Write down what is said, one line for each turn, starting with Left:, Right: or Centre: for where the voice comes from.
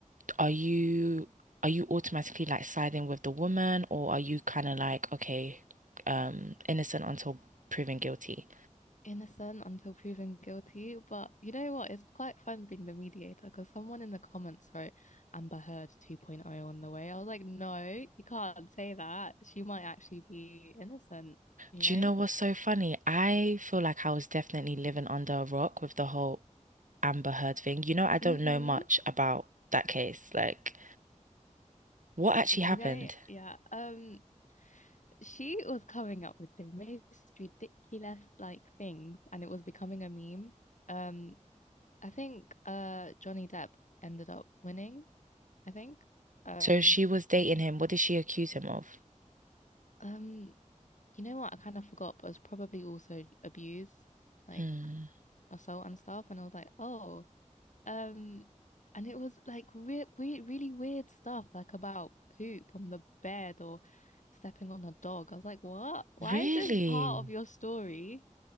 Right: are you are you automatically like siding with the woman or are you kind of like, okay, um, innocent until proven guilty?
Left: innocent until proven guilty. But you know what? It's quite fun being the mediator because someone in the comments wrote Amber Heard 2.0 on the way. I was like, no, you can't say that. She might actually be innocent, you
Right: Do
Left: know?
Right: you know what's so funny? I feel like I was definitely living under a rock with the whole Amber Heard thing. You know, I don't
Left: Mm-hmm.
Right: know much about that case. Like, what actually happened?
Left: You know, yeah. Um, she was coming up with the most ridiculous like things and it was becoming a meme. Um, I think uh Johnny Depp ended up winning, I think. Um,
Right: So she was dating him. What did she accuse him of?
Left: um, you know what? I kind of forgot, but it was probably also abuse, like
Right: Hmm.
Left: assault and stuff. And I was like, oh, um, and it was like weird, weird, really weird stuff, like about poop on the bed or stepping on a dog. I was like, what? Why
Right: Really?
Left: is this part of your story?